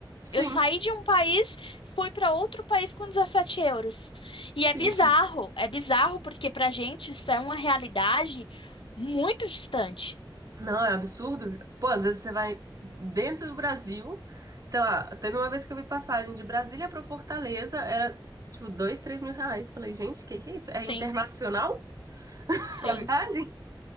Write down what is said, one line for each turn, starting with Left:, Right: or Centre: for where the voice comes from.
Right: sim,
Left: eu saí de um país, fui para outro país com 17 euros. E
Right: sim.
Left: é bizarro, é bizarro porque pra gente isso é uma realidade muito distante.
Right: Não, é um absurdo. Pô, às vezes você vai dentro do Brasil, sei lá, teve uma vez que eu vi passagem de Brasília pra Fortaleza, era tipo dois, três mil reais. Falei, gente, o que que é isso? É
Left: Sim,
Right: internacional <laughs>
Left: sim,
Right: a viagem?